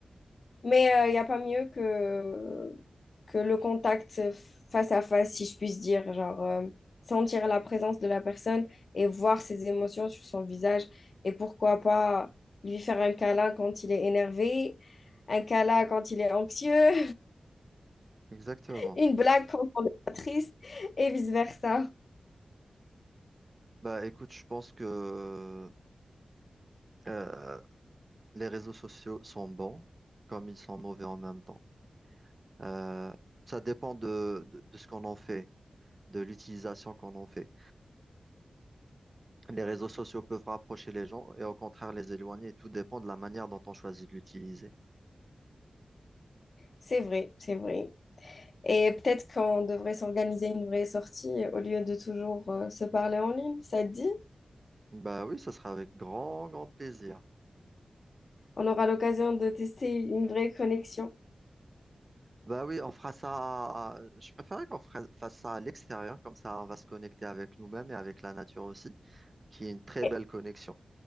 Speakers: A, on the left (about 60°); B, on the right (about 40°).
A: mais euh, il n'y a pas mieux que, que le contact face à face, si je puisse dire. Genre, euh, sentir la présence de la personne et voir ses émotions sur son visage. Et pourquoi pas lui faire un câlin quand il est énervé, un câlin quand il est anxieux,
B: Exactement.
A: <laughs> une blague quand on est triste et vice-versa.
B: Bah écoute, je pense que euh, les réseaux sociaux sont bons comme ils sont mauvais en même temps. Euh, ça dépend de, de, de ce qu'on en fait, de l'utilisation qu'on en fait. Les réseaux sociaux peuvent rapprocher les gens et au contraire les éloigner. Tout dépend de la manière dont on choisit de l'utiliser.
A: C'est vrai, c'est vrai. Et peut-être qu'on devrait s'organiser une vraie sortie euh, au lieu de toujours euh, se parler en ligne. Ça te dit?
B: Bah oui, ça sera avec grand, grand plaisir.
A: On aura l'occasion de tester une vraie connexion.
B: Bah oui, on fera ça. à- Je préférerais qu'on fera- fasse ça à l'extérieur, comme ça on va se connecter avec nous-mêmes et avec la nature aussi, qui est une très
A: Et
B: belle connexion.